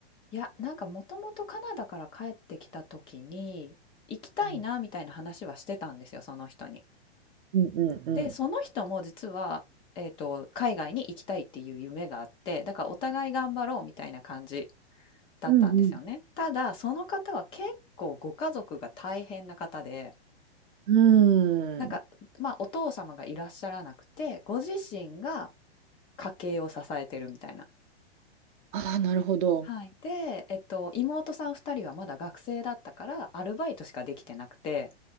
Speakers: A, on the left (about 15°); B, on the right (about 50°).
A: いや、なんかもともとカナダから帰ってきた時に、行きたいなみたいな話はしてたんですよ、
B: うん
A: その人に。
B: うんうんうん。
A: で、その人も実は、えっと、海外に行きたいっていう夢があって、だからお互い頑張ろうみたいな感じだったんですよね。
B: うん
A: ただ、その方は結構ご家族が大変な方で、
B: うんうん。
A: なんか、まあ、お父様がいらっしゃらなくて、ご自身が家計を支えてるみたいな。
B: ああ、なるほど。
A: はい。で、えっと、妹さん2人はまだ学生だったからアルバイトしかできてなくて、